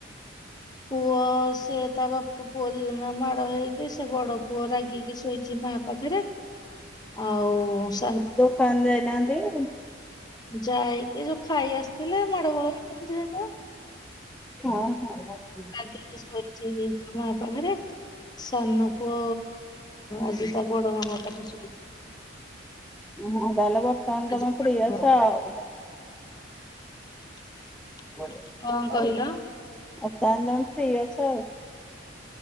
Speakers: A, on the left (about 20°); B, in the centre.
A: ପୁଅ ସ୍ ସେ ତା ବାପ ପୁଅ ଦି ଜଣ ଯାକ ମାଡ ଖାଇକି ସେ ବଡ ପୁଅ ରାଗିକି ଶୋଇଛି ମା ପାଖରେ। ଆଉ ସାନ୍
B: ତାନ୍ ଯାଇନାହାନ୍ତି କି?
A: ଯାଇକି ଯୋଉ ଖାଇ ଆସିଥିଲେ ମାଡ ଗୋଳ ହେଇଚନ୍ତି ତାଙ୍କର।
B: ହଁ ହଁ।
A: ରାଗିକି ଶୋଇଚି ମାପାଖରେ ସାନ ପୁଅ ଆଜି ତାବଡ଼ ମାମ ପାଖେ ଶଇଛି।
B: ହଁ ତାହଲେ ବର୍ତ୍ତମାନେ
A: ଆଜି
B: ତମେ
A: ବଡ
B: ଫ୍ରି
A: ମାମା
B: ଅଛ ଆଉ।
A: <inaudible>
B: ଆ
A: କଣ କହିଲ
B: ତାଆଲେ ତମେ ଫ୍ରି ଅଛ ଆଉ।